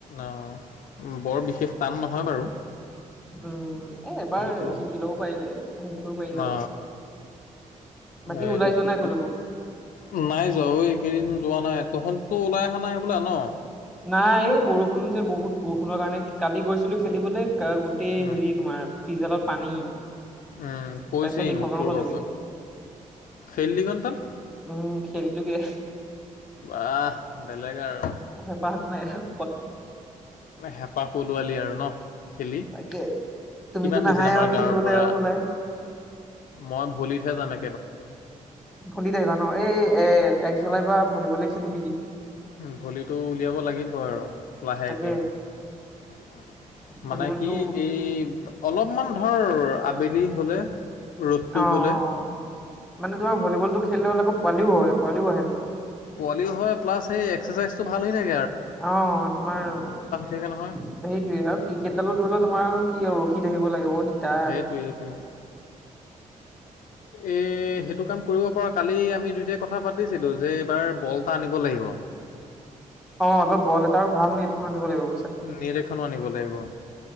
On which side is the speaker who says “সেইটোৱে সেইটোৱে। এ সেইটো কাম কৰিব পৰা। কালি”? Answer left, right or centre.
Left